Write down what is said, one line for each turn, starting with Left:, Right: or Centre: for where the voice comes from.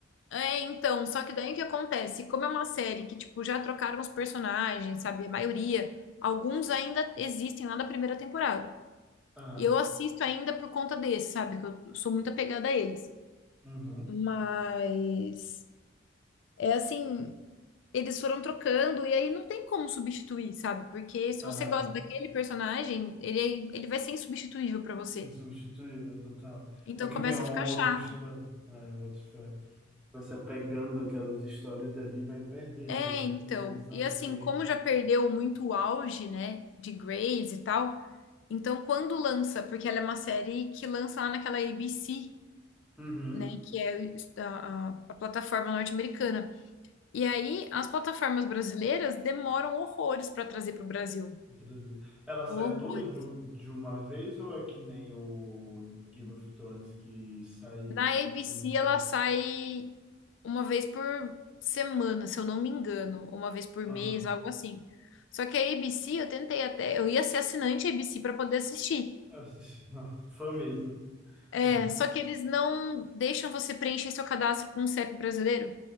Left: É, então, só que daí o que acontece? Como é uma série que, tipo, já trocaram os personagens, sabe? A maioria, alguns ainda existem lá da primeira temporada.
Centre: <laughs> Aham.
Left: Eu assisto ainda por conta desse, sabe? Que eu sou muito apegada a eles.
Centre: Uhum.
Left: Mas é assim, eles foram trocando e aí não tem como substituir, sabe? Porque se
Centre: Aham.
Left: você gosta daquele personagem, ele, ele vai ser insubstituível pra você.
Centre: Insubstituível, total.
Left: Então
Centre: É o que
Left: começa
Centre: vem é uma
Left: a ficar chato.
Centre: outra história, né? Outra fé. Vai se apegando àquelas histórias ali e vai perdendo,
Left: É,
Centre: né?
Left: então.
Centre: Também Essa
Left: E
Centre: referência.
Left: assim, como já perdeu muito o auge, né, de Grace e tal, Então, quando lança, porque ela é uma série que lança lá naquela ABC,
Centre: Uhum.
Left: né, que é o- a, a- a plataforma norte-americana. E aí, as plataformas brasileiras demoram horrores para trazer para o Brasil.
Centre: Outras- Ela sai
Left: Horror.
Centre: toda de, u- de uma vez ou é que nem o Game of Thrones que sai
Left: Na ABC,
Centre: num pouso?
Left: ela sai uma vez por semana, se eu não me engano, ou uma vez por
Centre: Aham.
Left: mês, algo assim. Só que a ABC, eu tentei até, eu ia ser assinante ABC para poder assistir.
Centre: Essa sim, <laughs> nossa, fã mesmo.
Left: É,
Centre: <laughs>
Left: só que eles não deixam você preencher seu cadastro com o CEP brasileiro.